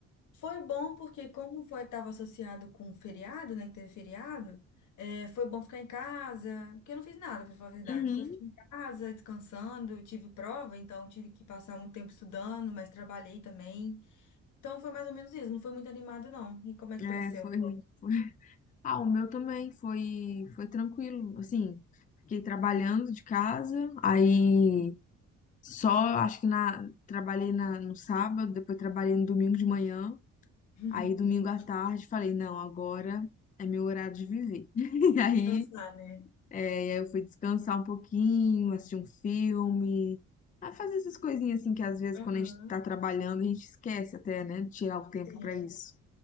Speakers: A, on the left; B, on the left.
A: Foi bom porque como foi estava associado com feriado, né, que teve feriado, eh, foi bom ficar em casa, porque eu não fiz nada, para falar a verdade.
B: Uhum.
A: Só fiquei em casa, descansando, eu tive prova, então tive que passar muito tempo estudando, mas trabalhei também. Então foi mais ou menos isso, não foi muito animado não. E como é que
B: É,
A: foi o seu?
B: foi, foi- Ah, o meu também foi, foi tranquilo. Assim, fiquei trabalhando de casa, aí só acho que na, trabalhei na, no sábado, depois trabalhei no domingo de manhã,
A: <laughs>
B: aí domingo à tarde falei, não, agora é meu horário de viver. <laughs> E aí
A: Cansar, né?
B: É, e aí eu fui descansar um pouquinho, assistir um filme, a fazer essas coisinhas assim que às vezes quando
A: Aham,
B: a gente tá trabalhando a gente esquece até, né, de tirar o tempo
A: Sim,
B: pra isso.